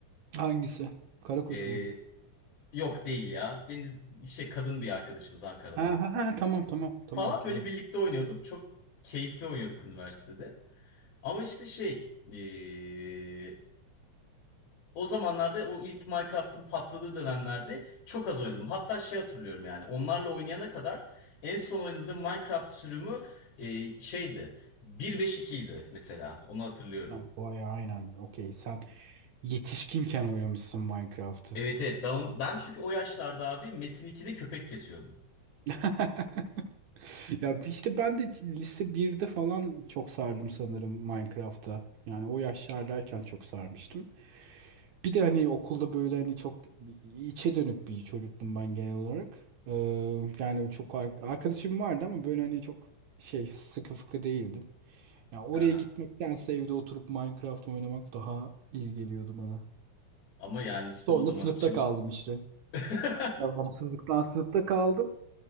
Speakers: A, on the right; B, on the left.
A: Hangisi? Kara kuş
B: Ee,
A: mu?
B: yok değil ya. Deniz şey kadın bir arkadaşımız Ankara'dan.
A: Ha, ha, ha, tamam tamam tamam
B: Falan
A: hatırladım.
B: böyle birlikte oynuyorduk. Çok keyifli oynuyorduk üniversitede. Ama işte şey, ee, O zamanlarda o ilk Minecraft'ın patladığı dönemlerde çok az oynadım. Hatta şey hatırlıyorum yani onlarla oynayana kadar en son oynadığım Minecraft sürümü e, şeydi. 1.5.2 idi mesela onu hatırlıyorum.
A: Tamam, bayağı aynen. Okey. Sen Yetişkinken oynamışsın Minecraft'ı.
B: Evet evet ben, on- ben çünkü o yaşlarda abi Metin 2'de köpek kesiyordum.
A: <laughs> Ya işte ben de lise birde falan çok sardım sanırım Minecraft'a. Yani o yaşlardayken çok sarmıştım. Bir de hani okulda böyle hani çok içe dönük bir çocuktum ben genel olarak. Ee, yani çok ar- arkadaşım vardı ama böyle hani çok şey sıkı fıkı değildim. Ya oraya
B: Aha.
A: gitmektense evde oturup Minecraft oynamak daha iyi geliyordu bana.
B: Ama yani işte
A: Sonra
B: o zaman
A: sınıfta
B: için
A: kaldım işte.
B: <laughs>
A: Devamsızlıktan sınıfta kaldım.